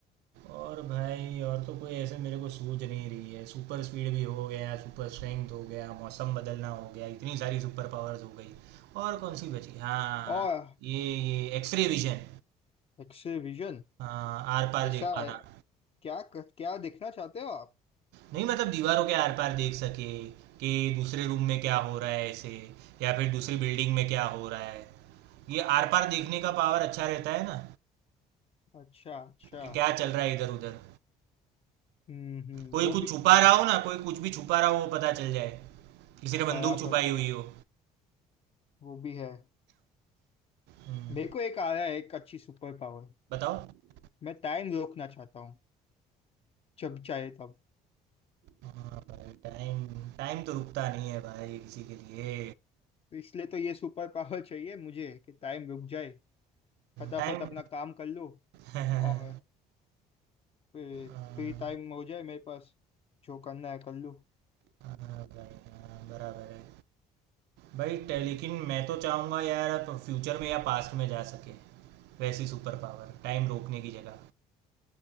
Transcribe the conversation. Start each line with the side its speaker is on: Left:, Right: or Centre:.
Right: और भाई और तो कोई ऐसे मेरे को सूझ नहीं रही है सुपर स्पीड भी हो गया सुपर स्ट्रेंथ हो गया मौसम बदलना हो गया इतनी सारी सुपर पावर्स हो गई और कौन सी बची हाँ
Left: और
Right: ये ये एक्सरे विजन
Left: एक्से विजन
Right: हाँ आर पार
Left: ऐसा
Right: देख
Left: अ,
Right: पाना
Left: क्या क्या देखना चाहते हो आप
Right: नहीं मतलब दीवारों के आर पार देख सके कि दूसरे रूम में क्या हो रहा है ऐसे या फिर दूसरी बिल्डिंग में क्या हो रहा है ये आर पार देखने का पावर अच्छा रहता है ना
Left: अच्छा अच्छा
Right: कि क्या चल रहा है इधर उधर
Left: हम्म हम्म
Right: कोई
Left: वो
Right: कुछ
Left: भी ठीक
Right: छुपा रहा
Left: है
Right: हो ना कोई कुछ भी छुपा रहा हो वो पता चल जाए किसी ने
Left: बराबर
Right: बंदूक छुपाई हुई हो
Left: वो भी है
Right: हम्म,
Left: मेरे को एक आ रहा है एक अच्छी सुपर पावर
Right: बताओ
Left: मैं टाइम रोकना चाहता हूँ जब चाहे तब
Right: हाँ भाई टाइम टाइम तो रुकता नहीं है भाई किसी के लिए
Left: तो इसलिए तो ये सुपर पावर <laughs> चाहिए मुझे कि टाइम रुक जाए फटाफट
Right: टाइम
Left: अपना काम कर लूँ
Right: <laughs> हाँ
Left: और फिर
Right: हाँ
Left: फ्री टाइम हो जाए मेरे पास जो करना है कर लूँ
Right: भाई हाँ बराबर है भाई टे- लेकिन मैं तो चाहूँगा यार आप फ्यूचर में या पास्ट में जा सके वैसी सुपर पावर टाइम रोकने की जगह